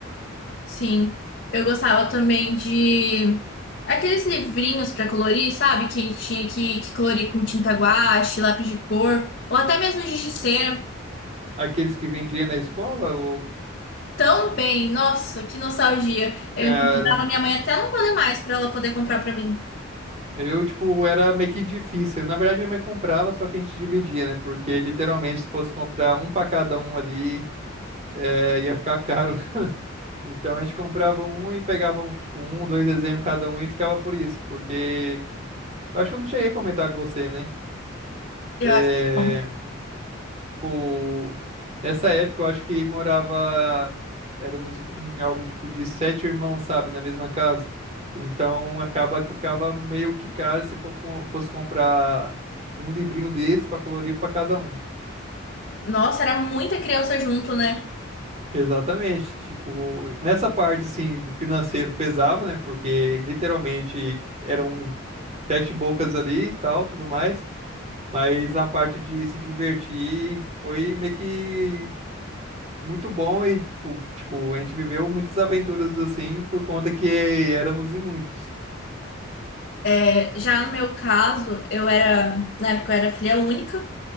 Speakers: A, on the left (about 50°); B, on the right (about 35°).
A: Sim. Eu gostava também de aqueles livrinhos pra colorir, sabe? Que tinha que, que colorir com tinta guache, lápis de cor, ou até mesmo giz de cera.
B: Aqueles que vendiam na escola, o
A: Também, nossa, que nostalgia. Eu
B: cara,
A: incomodava minha mãe até não poder mais pra ela poder comprar pra mim.
B: eu tipo era meio que difícil. Na verdade minha mãe comprava, só que a gente dividia, né? Porque literalmente se fosse comprar um pra cada um ali, eh, ia ficar caro. Então a gente comprava um e pegava um, tipo, um, dois desenhos cada um e ficava por isso, porque eu acho que eu não cheguei a comentar com você, né?
A: Eu
B: É,
A: acho que não.
B: tipo, nessa época eu acho que morava, éramos em algo tipo de sete irmãos, sabe, na mesma casa. Então acaba que ficava meio que caro se for co- fosse comprar um livrinho desse para colorir para cada um.
A: Nossa, era muita criança junto, né?
B: Exatamente, tipo, nessa parte assim do financeiro pesava, né? Porque literalmente eram sete bocas ali e tal, tudo mais. Mas a parte de se divertir foi meio que muito bom e, tipo, tipo, a gente viveu muitas aventuras assim por conta que éramos em muitos.
A: É, já no meu caso, eu era, na época eu era filha única.